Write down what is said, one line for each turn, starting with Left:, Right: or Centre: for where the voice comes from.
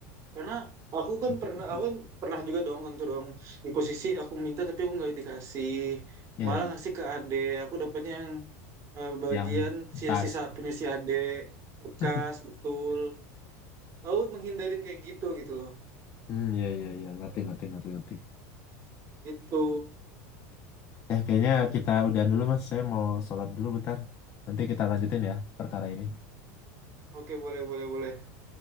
Right: Karena aku kan
Left: Ngerti,
Right: pernah,
Left: ngerti.
Right: aku kan pernah juga dong tentu dong di posisi aku minta tapi aku nggak dikasih,
Left: Iya,
Right: malah
Left: iya.
Right: ngasih ke ade. Aku dapatnya yang eh, bagian
Left: Yang
Right: sisa-sisa
Left: pas.
Right: punya si ade bekas
Left: <laughs>
Right: betul. Aku menghindarin kayak gitu gitu loh.
Left: Hmm, iya, iya, iya. Ngerti, ngerti, ngerti, ngerti.
Right: Itu.
Left: Ya, kayaknya kita udahan dulu Mas. Saya mau sholat dulu bentar. Nanti kita lanjutin ya perkara ini.
Right: Oke boleh boleh boleh.